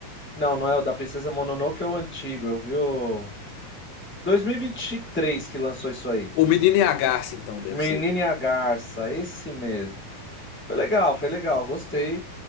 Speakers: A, in the centre; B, on the left.
A: Não, não é o da Princesa Mononoke, é o antigo. Eu vi o dois mil e e vinte e três que lançou isso aí.
B: O Menino e a Garça, então, deve
A: Menina
B: ser.
A: e a Garça, esse mesmo. Foi legal, foi legal, gostei.